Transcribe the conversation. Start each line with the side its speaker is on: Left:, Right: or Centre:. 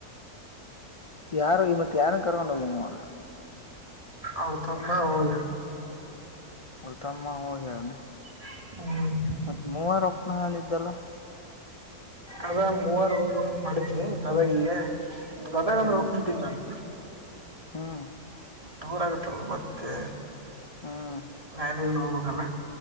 Left: ಯಾರು ಇ ಮತ್ ಯಾರನ್ ಕರ್ಕೊಂಡ್ ಹೋಗಿ ನೀವಾಗ
Right: ಅವ ತಮ್ಮ ಹೋಗ
Left: ಅವರ ತಮ್ಮಒಗಿರ್
Right: ಹ್ಮ್
Left: ಮತ್ತೆ ಮೂವಾರ ಹೊಕ್ಕನಏನ ಇದಿದ್ದಲ್ಲ
Right: ಅದ ಮೂವಾರ ಹಬ ಮಾಡಿದ್ವಿ ನಾ ವೈಲಿಲಾ ಗದಾಗ
Left: ಹ್ಮ್
Right: ಅಂದ್ರೆ ಹೋಗತಿದ್ದೀನಿ ನಾನು
Left: ಹ್ಮ್
Right: ದೂರ ಆಗತ್ತಲ್ ಮತ್ತೆ
Left: ಹ್ಮ್
Right: ಹ ಹೋಗ್ಬೇಕಕ್ಲ್ಲ